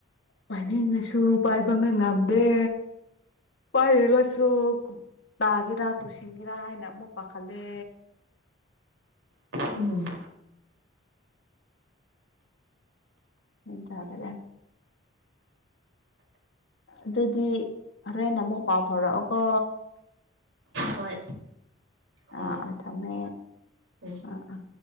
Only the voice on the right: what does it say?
ꯎꯝ
ꯍꯣꯏ ꯍꯣꯏ
ꯎꯝ